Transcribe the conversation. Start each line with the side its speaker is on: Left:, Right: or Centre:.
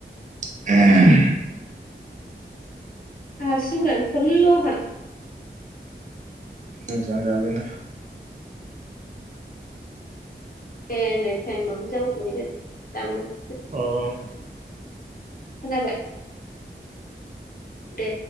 Right: <inaudible>
Left: आसुगुरानो थरल‌ आंहा
Right: मोजां जाबायना
Left: देनै टाइमाबबो <inaudible>
Right: ओं
Left: खोनाबाय? दे